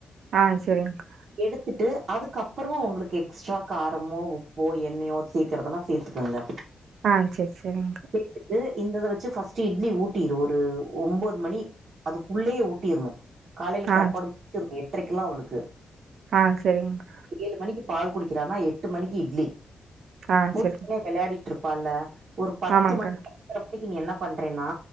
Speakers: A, on the right; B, on the right.
A: அ சரிஙக்கா
B: எடுத்துட்டு அதுக்கப்புறமா அவங்களுக்கு கேக் எக்ஸ்ட்ரா காரமோ உப்போ எண்ணெயோ சேக்கிரதெல்லா சேத்துக்கங்க
A: அ சேர் சேரிங்க்கா
B: சேத்துட்டு இந்ததவச்சு ஃபர்ஸ்ட் இட்லி ஊட்டிரு ஒரு ஒம்போது மணி அதுக்குள்ளேயே ஊட்டிற்ணு காலைல
A: ஆ
B: சாப்பாடு முடிச்சிறணு எட்டரைக்கெல்லா அவளுக்கு
A: அ சரிங்கா
B: ஏழு மணிக்கு பால் குடிக்கிறானா எட்டு மணிக்கு இட்லி
A: ஆ
B: ஊட்
A: செரி
B: வெளையாடிட்ருப்பால்ல ஒரு பத்து
A: ஆமாங்க்கா
B: மணிக் <unintelligible> நீ என்ன பண்றன்னா